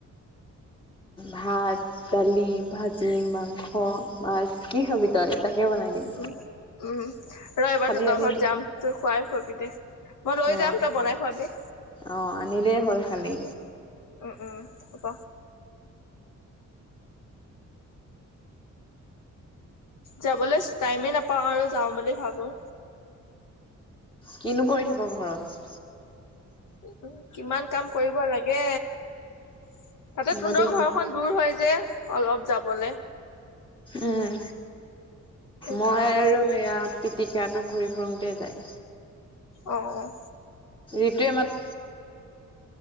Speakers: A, on the left; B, on the left.
A: ভাত, দালি, ভাজি, মাংস, মাছ কি খাবি তই? তাকে বনাই দিম।
B: উম, উম, ৰ এবাৰ
A: খালি
B: তহঁতৰ
A: আনিবি
B: ঘৰত যাম, বতোৰ খুৱাই খুৱাবি দে। মই লৈ
A: অ
B: যাম, তই বনাই খোৱাবি।
A: অ আনিলেই হ'ল খালী।
B: উম উম হ'ব। যাবলৈ টাইমে নাপাও আৰু যাওঁ বুলি ভাবো।
A: কিনো কৰি থাক ঘৰত?
B: উম, কিমান কাম কৰিব লাগে। তাতে
A: মইতো
B: তুন্দৰ ঘৰখন দূৰ হয় য যে অলপ যাবলে
A: উম
B: সেইকাৰণে
A: মই আৰু ইয়াত পিটিকাটো ঘূৰি ফুুৰোঁতে যায়।
B: অঁ, অঁ।
A: ঋটুৱে মাত